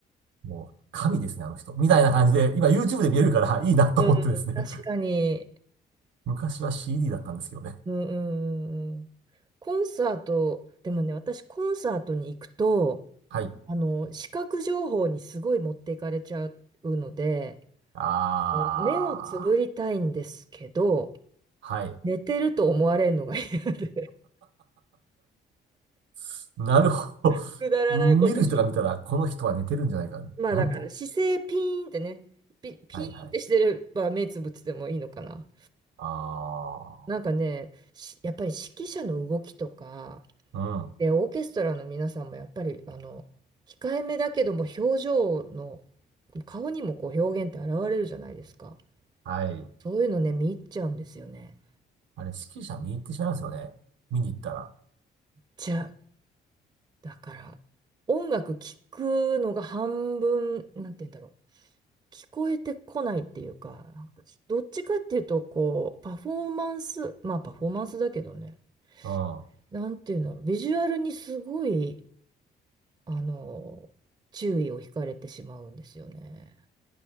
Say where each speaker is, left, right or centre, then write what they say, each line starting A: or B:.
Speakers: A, on the right; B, on the right.
A: もう神ですね、あの人。みたいな感じで、今 YouTube で見えるからいいなと思ってですね。
B: うん、確かに。
A: <laughs> 昔は CD だったんですけどね。
B: うん、うん、うん。うんコンサート、でもね、私、コンサートに行くと、
A: はい。
B: あの、視覚情報にすごい持っていかれちゃうので、
A: あ
B: うん目をつぶりたいんですけど、
A: ー、はい。
B: 寝てると思われるのが嫌で、
A: <laughs> なるほど。
B: <laughs> くだらないこと気に。
A: 見る人が見たら、この人は寝てるんじゃないか。
B: まあだから姿勢ピーンってね、
A: なんと。
B: ピ、ピーンってしてれば目つぶっててもいいのかな。
A: はいはい。あ
B: なんかね、しやっぱり指揮者の動きとか、
A: ー、うん。
B: で、オーケストラの皆さんもやっぱり、あの、控えめだけども表情の、顔にもこう表現って現れるじゃないですか。
A: はい。
B: そういうのね、見入っちゃうんですよね。
A: あれ、指揮者見に行ってしまいますよね。見に行ったら。
B: じゃあ、だから、音楽聴くのが半分、なんて言うんだろう。聞こえてこないっていうか、なんかどっちかっていうと、こう、パフォーマンス、まあパフォーマンスだけどね、
A: うん。
B: なんていうんだろう。ビジュアルにすごい、あの、注意を惹かれてしまうんですよね。